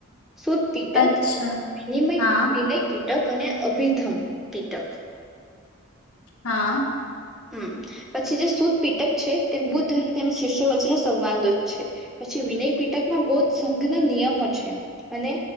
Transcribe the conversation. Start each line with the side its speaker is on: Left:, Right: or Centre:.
Centre: સુદપીટક
Left: અચ્છા
Centre: વિનિમય
Left: હા
Centre: વિનાય પીઠ ટક અને અભિધમ પીટક.
Left: હા.
Centre: હ પછી જે <unintelligible> પીટક છે, તે બૌદ્ધ ધર્મ તેમજ શિષ્યો વચ્ચેના સંવાદો છે, પછી વિનય પીટકમાં બૌદ્ધ સંઘના નિયમો છે અને